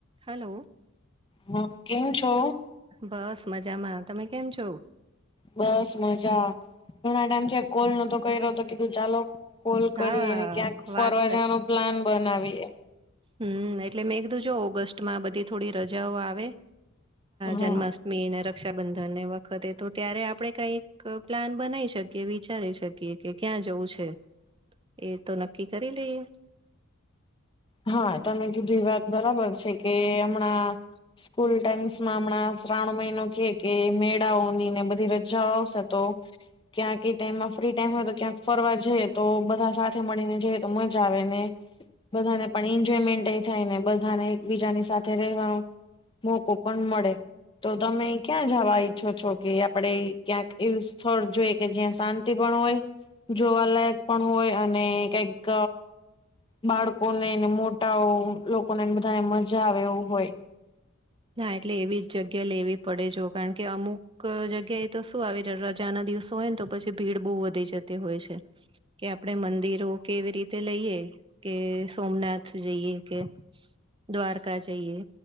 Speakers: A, on the right; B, on the left.
A: Hello
B: હ કેમ છો
A: બસ મજામાં તમે કેમ છો
B: બસ મજા ઘણા ટાઈમથી કોલ નતો કર્યો તો કીધું ચાલો કોલ કરીએને
A: હા
B: ક્યાંક ફરવા
A: વાત
B: જવાનો પ્લાન બનાવીએ
A: હમ્મ એટલે મેં કીધું જો ઓગસ્ટમાં બધી થોડી રજાઓ આવે
B: હા
A: જન્માષ્ટમી મેન રક્ષાબંધન વખતે તો ત્યારે આપડણે કઈક પ્લાન બનાવી શકીએ વિચારી શકીએ કે ક્યાં જવું છે એ તો નક્કી કરી લઈએ
B: હા તમે કીધું એ વાત બરાબર છે કે હમણાં સ્કૂલ ટાઈમ્સમાં હમણાં શ્રાવણ મહિનો કે કે મેળાઓની ને બધી રજાઓ આવશે તો ક્યાંક એ ટાઈમમાં ફ્રી ટાઈમ હોય તો ક્યાંક ફરવા જઈએ તો બધા સાથે મળીને જઈએ તો મજા આવે ને બધાને પણ એન્જોયમેન્ટ એ થાયને બધાને એકબીજાની સાથે રહેવાનું મોકો પણ મળે તો તમે ક્યાં જવા ઈચ્છો છો કે આપડે ક્યાંક એવું સ્થળ જોઈ કે જ્યાં શાંતિ પણ હોય જોવાલાયક પણ હોય અને કંઈક બાળકોનેને મોટાઓ લોકોનેને બધાને મજા આવે એવું હોય
A: નાા એટલે એવી જ જગ્યા લેવી પડે જો કારણ કે અમુક જગ્યાએ તો શું આવી રજાના દિવસે હોયને તો પછી ભીડ બહુ વધી જતી હોય છે કે આપણે મંદિરો કેવી રીતે લઈએ કે સોમનાથ જઈએ કે દ્વારકા જઈએ